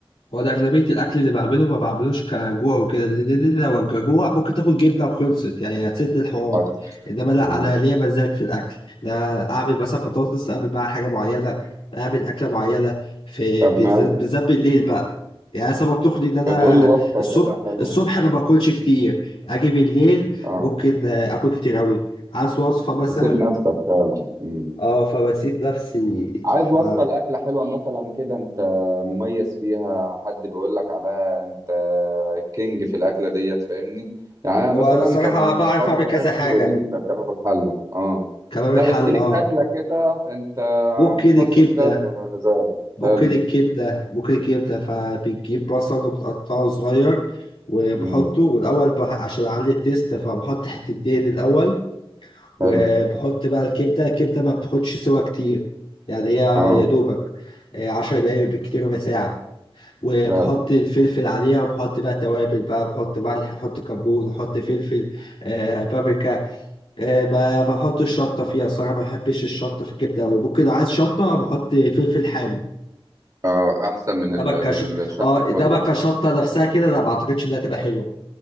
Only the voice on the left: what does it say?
وانا اغلبيه الاكل اللي بعمله ما بعملوش كجوع وكده لان لو كجوع ممكن تاكل جبنه وخلصت يعني هتسد الحوار
انما لا
انا ليا مزاج في الاكل لا اعمل مثلا بطاطس اعمل بقى حاجه معينه اعمل اكله معينه في
بالذ-
بالذات بالليل بقى يعني سبب تخلي ان انا
الصبح
الصبح ما باكلش كتير اجي بالليل
ممكن آه، اكل كتير قوي عايز وصفه مثلا
اه فبسيب نفسي
ف
هو انا الصراحه
بعرف
اعمل
كذا حاجه
كباب
الحل
اه
بوكيل
الكبدة
بوكيل
الكبدة بوكيل الكبدة فبتجيب بصل وبتقطعه صغير وبحطه
والأول بح- عشان أعلي التيست فبحط حتة دهن الأول وبحط
بقى الكبدة الكبدة ما بتاخدش سوا كتير يعني هي
يا دوبك آه، عشر دقايق بالكتير ربع ساعة وبحط
الفلفل عليها وبحط بقى توابل بقى بحط ملح بحط كمون بحط فلفل آه بابريكا آه ب- بحط الشطة فيها صراحة ما بحبش الشطة في الكبدة أوي ممكن لو عايز شطة بحط فلفل حامي
ده
بقى كش...
اه ده
بقى كشطه نفسها كده لا ما اعتقدش انها هتبقى حلوه